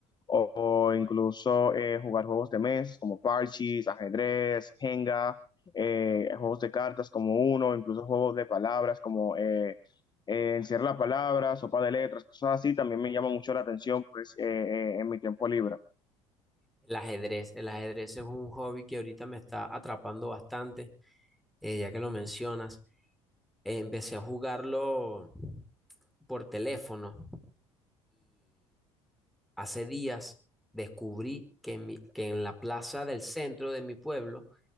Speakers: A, on the left; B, in the centre.
A: o, o incluso eh, jugar juegos de mesa como parches, ajedrez, Jenga, eh, juegos de cartas como uno, incluso juegos de palabras como eh, eh, encierra la palabra, sopa de letras, cosas así, también me llama mucho la atención pues eh, eh, en mi tiempo libre.
B: El ajedrez, el ajedrez es un hobby que ahorita me está atrapando bastante, eh, ya que lo mencionas. Eh, empecé a jugarlo por teléfono Hace días descubrí que en, mi- que en la plaza del centro de mi pueblo